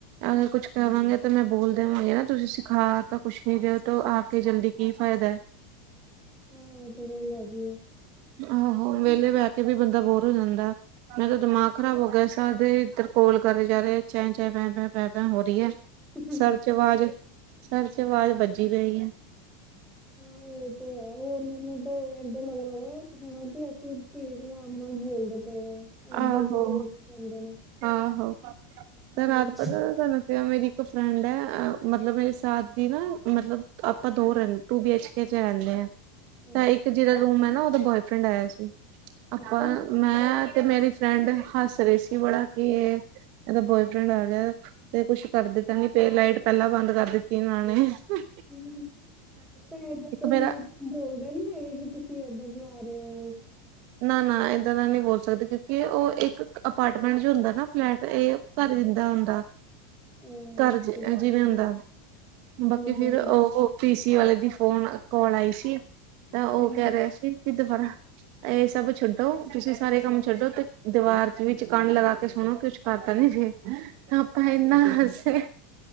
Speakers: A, on the right; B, in the centre.
A: ਅਗਰ ਕੁਛ ਕਵਾਂਗੇ, ਤੇ ਮੈਂ ਬੋਲ ਦੇਵਾਂਗੀ। ਨਾ ਤੁਸੀਂ ਸਿਖਾ ਤਾਂ ਕੁਛ ਨੀ ਰੇ ਦੋ ਆਪ ਕੇ ਜਲਦੀ ਕੀ ਫ਼ਾਇਦੈ।
B: ਹਮ, ਏ ਤੇ ਗੱਲ ਹੈਗੀ ਏ।
A: ਆਹੋ, ਵੇਲੇ ਬੈ ਕੇ ਵੀ, ਬੰਦਾ ਬੋਰ ਹੋ ਜਾਂਦਾ ਐ। ਮੇ ਤਾਂ ਦਿਮਾਗ ਖਰਾਬ ਹੋ ਗਿਆ, ਸਾਦੇ ਇੱਧਰ ਕੋਲ ਕਰੀ ਜਾ ਰੇ ਚ-ਚ, ਪ-ਪ-ਪ-ਪ ਹੋ ਰੀ ਐ
B: ਹੈ
A: ਸਰ ਚ ਵਾਜ਼, ਸਰ ਚ ਆਵਾਜ਼ ਵੱਜੀ ਪਈ।
B: ਹਾਂ ਔ ਤੇ ਹੈ, ਔਨਾ ਨੁ ਤਾਂ ਏਦਾਂ ਲੱਗਦਾ ਅਸੀ ਤੇਜ ਆਰਾਮ ਨਾਲ ਬੋਲਦੇ ਪਏ ਆ। ਉਹ
A: ਆਹੋ-ਆਹੋ
B: ਬੋਲੀ ਤੇਜ਼ ਹੀ ਕਹਿੰਦੇ ਨੇ
A: ਤੇ
B: ਹੂੰ
A: ਰਾਤ ਪਤਾ ਨਾ ਤਾਨੁ ਫੇ ਔ ਮੇਰੀ ਇੱਕ ਫਰੈਂਡ ਐ, ਅ ਮਤਲਬ ਮੇਰੇ ਸਾਥ ਦੀ ਨਾ ਮਤਲਬ, ਆਪਾਂ ਦੋ ਰੈ ਟੂ-ਬੀਐਚ-ਕੇ ਚ ਰੈਂਦੇ ਆਂ।
B: ਅੱਛਾ
A: ਤਾਂ ਇੱਕ ਜਿਦਾ
B: ਅੱਛਾ
A: ਰੂਮ ਹੈ ਨਾ, ਔਦਾ ਬੋਏਫਰੈਂਡ ਆਇਆ ਸੀ, ਆਪਾਂ
B: ਅੱਛਾ
A: ਮੈਂ ਤੇ ਮੇਰੀ ਫਰੈਂਡ ਹੱਸ ਰੇ ਸੀ ਬੜਾ ਕਿ ਏ, ਏੱਦਾ ਬੋਏਫਰੈਂਡ ਆ ਗਿਆ। ਤੇ ਕੁੱਛ ਕਰਦੇ ਤਾੱ ਨੀ ਪੇ, ਲਾਈਟ ਪੈਲਾਂ ਬੰਦ ਕਰ ਦਿੱਤੀ ਇਨਾਂ ਨੇ ਅਹ
B: ਹੁੰ, ਤਾਂ ਏਦਾਂ ਕੋਈ।
A: ਮੇਰਾ
B: ਬੋਲਦੇ ਨੀ ਹੈਗੇ, ਕਿ ਤੁਸੀਂ ਏਦਾਂ ਜਾ ਰੇ ਔ।
A: ਨਾ-ਨਾ, ਏਦਾਂ ਦਾ ਨੀ ਬੋਲ ਸਕਦੇ, ਕਿਉਂਕਿ ਔ ਏਕ ਅਪਾਰਟਮੈਂਟ ਜੋ ਹੁੰਦਾ ਨਾ, ਫਲੈਟ ਏ ਪਰੇ ਦਾ ਹੁੰਦਾ।
B: ਅਹ
A: ਕਰ ਜ
B: ਠੀਕ
A: ਜਿਵੇਂ
B: ਠੀਕ
A: ਹੁੰਦਾ।
B: ਠੀਕ
A: ਬਾਕੀ
B: ਹੂੰ ਹੂੰ
A: ਫਿਰ
B: ਹੂੰ
A: ਔਹ ਪੀ ਸੀ, ਵਾਲੇ ਦੀ ਫੋਨ, ਕਾਲ ਆਈ ਸੀ। ਤਾਂ ਔ
B: ਹੂੰ
A: ਕੈ
B: ਹੂੰ
A: ਰਿਆ ਸੀ, ਕਿ ਦਬਾਰਾ ਐ ਸਭ ਛੱਡੋ, ਤੁਸੀਂ ਸਾਰੇ ਕੰਮ ਛੱਡੋ, ਤੇ ਦੀਵਾਰ ਚ' ਵਿੱਚ ਕਣ ਲਗਾ ਕੇ, ਸੁਣੋ ਕੁਛ ਕਰ ਤਾ ਨੀ ਰੇ। ਆਪਾ ਏਨਾ ਹਸੇ,